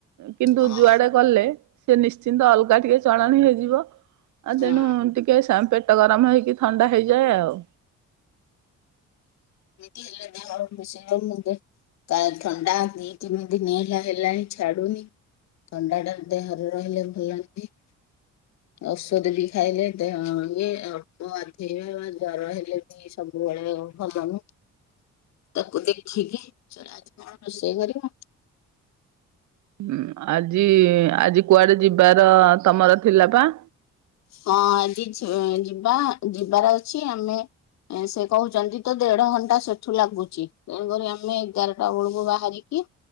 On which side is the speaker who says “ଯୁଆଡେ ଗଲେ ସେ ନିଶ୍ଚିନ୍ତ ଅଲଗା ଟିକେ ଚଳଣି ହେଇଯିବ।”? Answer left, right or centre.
Right